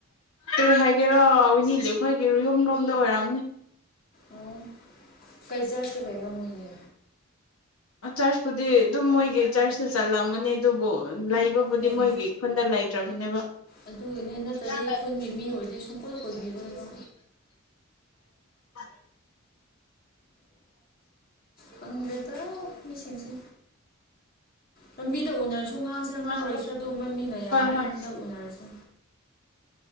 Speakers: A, on the left; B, on the left.
A: ꯀꯩ ꯍꯥꯏꯒꯦꯔꯣ ꯋꯤꯅꯤꯂꯤ ꯑꯩꯈꯣꯏꯒꯤ ꯌꯨꯝꯔꯣꯝꯗ ꯑꯣꯏꯔꯝꯅꯦ
B: ꯑꯣ ꯀꯩ ꯆꯔꯆꯇ ꯂꯩꯕꯥ ꯃꯣꯏꯗꯤ
A: ꯆꯔꯆꯄꯨꯗꯤ ꯑꯗꯨꯝ ꯃꯣꯏꯒꯤ ꯆꯔꯆꯁ ꯆꯠꯂꯝꯒꯅꯤ ꯑꯗꯨꯕꯨ ꯂꯩꯕꯕꯨꯗꯤ
B: ꯎꯝ
A: ꯃꯣꯏꯒꯤ ꯈꯨꯟꯗ ꯂꯩꯇ꯭ꯔꯕꯅꯦꯕ <inaudible>
B: ꯑꯗꯨꯒꯤꯅꯦ ꯅꯠꯇ꯭ꯔꯗꯤ
A: ꯍ
B: ꯈꯨꯟꯒꯤ ꯃꯤ ꯑꯣꯏꯔꯗꯤ ꯁꯨꯡꯀꯣꯏ ꯀꯣꯏꯕꯤꯔꯣꯏꯕ
A: <inaudible>
B: ꯈꯪꯗꯦꯗ ꯃꯤꯁꯤꯡꯁꯦ ꯂꯝꯕꯤꯗ ꯎꯅꯔꯁꯨ ꯉꯥꯡꯁꯤꯔꯥ ꯉꯥꯡꯔꯣꯏꯁꯤ꯭ꯔꯥ
A: ꯍꯣꯏ
B: ꯑꯗꯨꯕ ꯃꯤꯅ ꯌꯥꯝꯃꯦ
A: ꯍꯣꯏ
B: ꯍꯟꯗꯛ ꯎꯅꯔꯤꯁꯦ